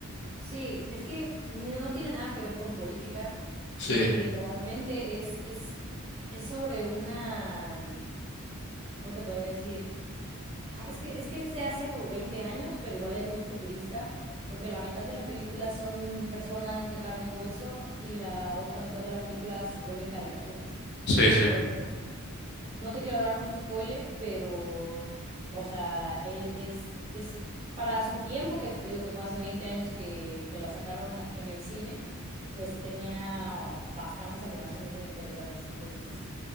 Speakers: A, on the right (about 30°); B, on the left (about 50°).
A: Sí, es que ni- no tiene nada que ver con política.
B: Sí,
A: Literalmente es, es, es sobre una... ¿cómo te podría decir? Ah, Es que, es que se hace como 20 años, pero igual es muy futurista, porque la mitad de la película son personas de carne y hueso y la otra mitad de la película se vuelven caricaturas.
B: sí, sí.
A: Entonces, no te quiero dar mucho spoiler, pero, o sea, e- es, es para su tiempo, que te digo que fue hace 20 años que, que la sacaron a- en el cine, pues tenía bastantes animaciones muy interesantes, entonces